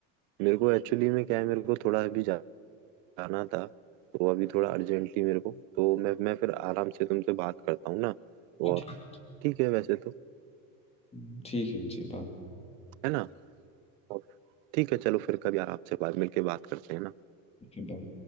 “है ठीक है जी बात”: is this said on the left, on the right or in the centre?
Left